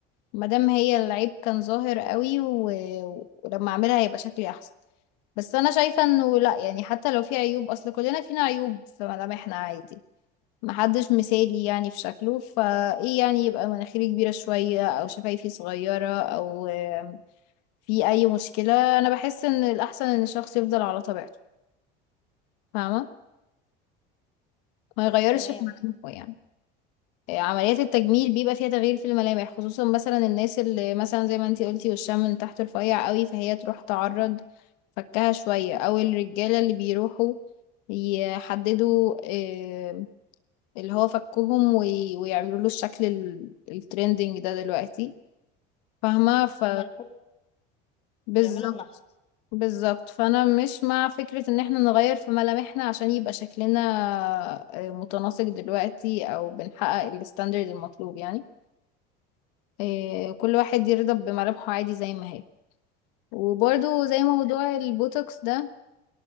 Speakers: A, on the left; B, on the left.
A: مادام هي العيب كان ظاهر قوي و... ولما اعملها هيبقى شكلي احسن بس انا شايفة انه لا يعني حتى لو في عيوب اصل كلنا فينا عيوب في ملامحنا عادي محدش مثالي يعني في شكله فايه يعني يبقى مناخيري كبيرة شوية او شفايفي صغيرة او آم، في اي مشكلة انا بحس ان الاحسن ان الشخص يفضل على طبيعته فاهمة ما يغيرش
B: تمام
A: في ملامحه يعني آه، عمليات التجميل بيبقى فيها تغيير في الملامح خصوصا مثلا الناس اللي مثلا زي ما انتي قلتي وشها من تحت رفيع قوي فهي تروح تعرض فكها شوية او الرجالة اللي بيروحوا يحددوا آه، اللي هو فكهم وي- ويعملوا له الشكل ال- الترندنج ده دلوقتي فاهمة ف
B: المنحوت
A: بالظبط
B: بيعملوا النحت
A: بالظبط فانا مش مع فكرة ان احنا نغير في ملامحنا عشان يبقى شكلنا آه، متناسق دلوقتي او بنحقق الستاندرد المطلوب يعني آه، كل واحد يرضى بملامحه عادي زي ما هي وبرضو زي موضوع البوتوكس ده